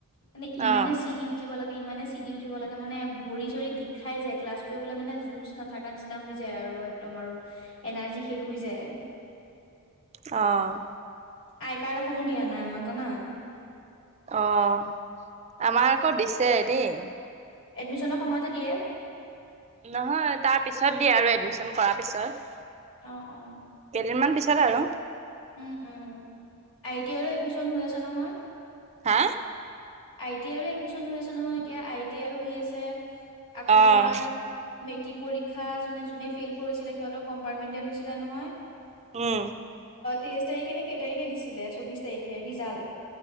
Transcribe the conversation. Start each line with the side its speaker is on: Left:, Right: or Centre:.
Left: মানে, ইমানে
Right: অ',
Left: চিৰি উঠিব লাগে। ইমানে চিৰি উঠিব লাগে মানে, ভৰি চৰি বিষাই যায়। ক্লাছ কৰিবলে মানে, জ'চ নাথাকা নিচিনা হৈ যায় আৰু। তোমাৰো? এনাৰ্জি শেষ হৈ যায়।
Right: অ'!
Left: আই কাৰ্ড এখনো দিয়া নাই আমাক জানা।
Right: অ'! আমাৰ আকৌ দিছে দেই।
Left: এডমিছনৰ সময়তে দিয়ে?
Right: নহয়। তাৰ পিছত দিয়ে আৰু এডমিছন কৰাৰ পিছত।
Left: অ'! অ'!
Right: এদিনমান পিছত আৰু।
Left: উম! উম! আই টি আই ৰো এডমিছন হৈ আছে নহয়।
Right: হা!
Left: আই টি আইৰো এডমিছন হৈ আছে নহয়। এতিয়া, আই টি আই হৈ আছে। আকৌ,
Right: অ',
Left: তোমাৰ মেট্ৰিক পৰীক্ষা যোনে যোনে ফেইল কৰিছিলে, সিহঁত কম্পাৰ্টমেন্টেল লৈছিলে নহয়।
Right: উম,
Left: তেইশ তাৰিখে নে কেই তাৰিখে দিছিলে চৌবিশ তাৰিখে ৰিজাল্ট